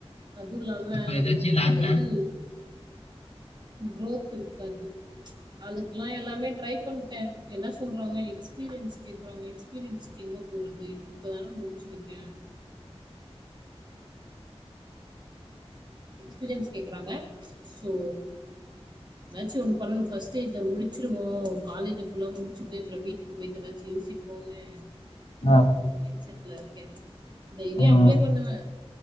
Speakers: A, on the right; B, on the left.
A: அதுவு இல்லாம
B: அப்ப
A: நம்மளுக்
B: ஏதாச்சும் லேப்ல
A: க இது கீரோத் இருக்காது அதுக்குல்லா எல்லாமே ட்ரை பண் டே எல்லா சொல்றாங்க எக்ஸ்பீரியன்ஸ் கேக்குறாங்க எக்ஸ்பீரியன்ஸ்க்கு எங்கே போறது இப்போதானே முடிச்சிருக்கே எக்ஸ்பீரியன்ஸ் கேக்குறாங்க சோ எதாச்சு ஒண்ணு பண்ணு ஃபர்ஸ்ட இத முடிச்சிருவோ காலேஜ ஃபுல்லா முடிச்சுட்டு அப்புற வீட்டுக் கு போயட்டு எதாச்சு யோசிப்போனு
B: ஆ
A: ஒரு மைண்ட் செட்ல இருக்கே டெய்லி
B: ம்
A: அப்ளை பண்ணுவே